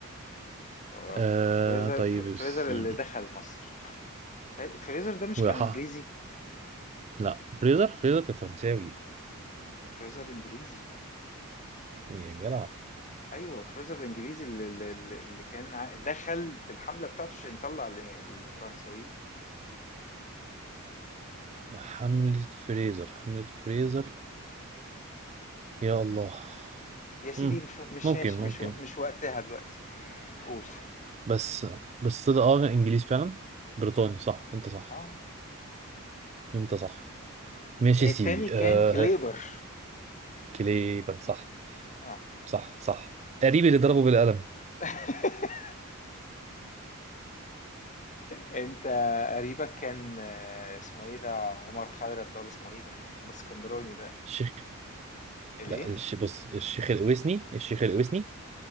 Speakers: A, on the left; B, on the right.
A: هو
B: آه
A: فريزر
B: طيب
A: ف- فريزر
B: يا سيدي
A: اللي دخل مصر تا- فريزر ده مش
B: وح...
A: كان انجليزي
B: لا فريزر فريزر كان فرنساوي
A: فريزر انجليزي
B: يا جدع
A: أيوه فرايزر الإنجليزي اللي, اللي اللي كان ع- دخل بالحملة بتاعته عشان يطلع ال- الفرنساويين
B: حملة فريزر حملة فريزر يا الله
A: يا سيدي
B: مم.
A: مش مش
B: ممكن
A: ماشي
B: ممكن
A: مش و- مش وقتها دلوقتي قول
B: بس بس ده اه انجليز فعلا بريطاني صح انت صح
A: اه
B: انت صح ماشي
A: التاني
B: يا سيدي
A: كان
B: آه
A: كليبر
B: كليبر صح
A: اه
B: صح صح قريب اللي ضربه بالقلم
A: <laughs> انت قريبك كان آه، اسمه ايه ده عمر خيرت ده ولا اسمه ايه ده الاسكندراني ده
B: الشيخ
A: الايه
B: لا الش بص الشيخ الأويسني الشيخ الأويسني